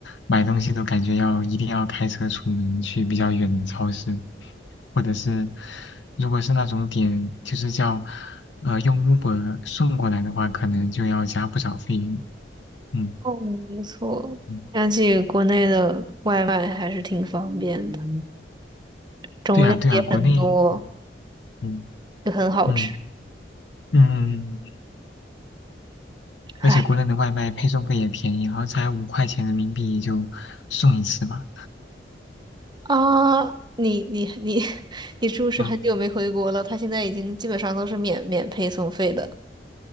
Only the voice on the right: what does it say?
<laughs> 哦，没错。
想起国内的外卖还是挺方便的，种类也很多，
就很好吃。
唉
啊，你你你 <laughs> 你是不是很久没回国了？
他现在已经基本上都是免免配送费的。